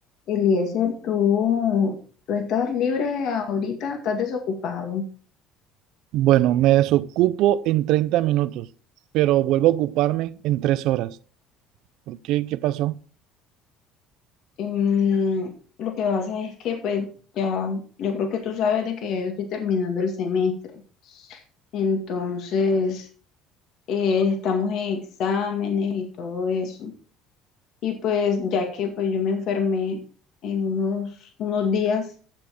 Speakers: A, on the left (about 60°); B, on the right (about 70°).
A: Eliezer, tú, tú estás libre ahorita, estás desocupado.
B: Bueno, me desocupo en 30 minutos, pero vuelvo a ocuparme en 3 horas. ¿Por qué? ¿Qué pasó?
A: Em, lo que pasa es que, pues, ya, yo creo que tú sabes de que ya yo estoy terminando el semestre. Entonces, eh, estamos en exámenes y todo eso. Y pues, ya que pues yo me enfermé en unos, unos días,